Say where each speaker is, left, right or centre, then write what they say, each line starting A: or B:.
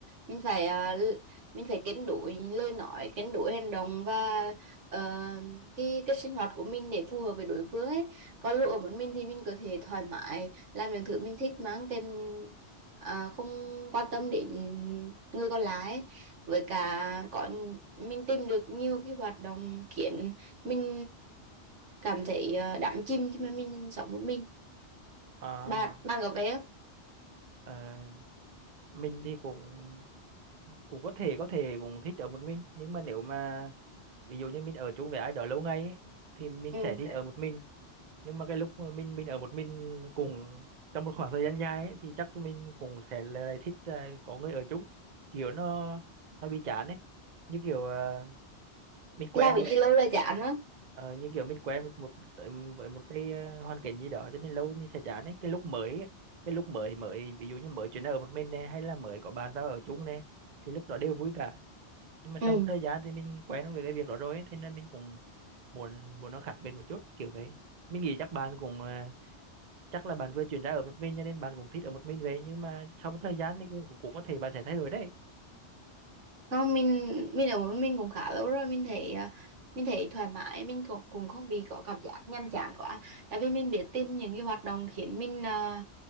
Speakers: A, on the right (about 85°); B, on the right (about 45°).
A: mình phải à, l- mình phải cân đối lời nói cân đối hành động và ờ, cái cái sinh hoạt của mình để phù hợp với đối phương ấy còn lúc ở một mình thì mình có thể thoải mái làm những thứ mình thích mang tên à, không quan tâm đến người còn lại ấy. với cả có mình tìm được nhiều cái hoạt động khiến mình cảm thấy ờ, đắm chìm khi mà mình sống một mình
B: à,
A: bạn bạn có về không
B: ờ, mình thì cũng cũng có thể có thể cũng thích ở một mình nhưng mà nếu mà ví dụ như mình ở chung với ai đó lâu ngày ấy, thì mình
A: ừ.
B: sẽ thích ở một mình nhưng mà cái lúc mà mình mình ở một mình cùng trong một khoảng thời gian dài ấy, thì chắc mình cũng sẽ lại lại thích là có người ở chung kiểu nó nó bị chán ấy như kiểu ờ, mình quen
A: làm cái
B: một
A: gì lâu là chán á
B: ờ, như kiểu mình quen một một tới với một cái ờ, hoàn cảnh gì đó cho nên lâu mình sẽ chán ấy cái lúc mới ấy, cái lúc mới mới ví dụ như mới chuyển ở một mình này hay là mới có bạn vào ở chung này thì lúc đó đều vui cả nhưng mà
A: ừ
B: sau một thời gian thì mình quen với cái việc đó rồi ấy, thế nên mình cũng muốn muốn nó khác biệt một chút kiểu vậy mình nghĩ chắc bạn cũng ờ, chắc là bạn vừa chuyển ra ở một mình cho nên bạn cũng thích ở một mình vậy nhưng mà sau một thời gian thì cũng cũng cũng có thể bạn sẽ thay đổi đấy
A: Không, mình mình ở một mình cũng khá lâu rồi mình thấy à, mình thấy thoải mái mình cũng cũng không bị có cảm giác nhàm chán quá tại vì mình biết tìm những cái hoạt động khiến mình à,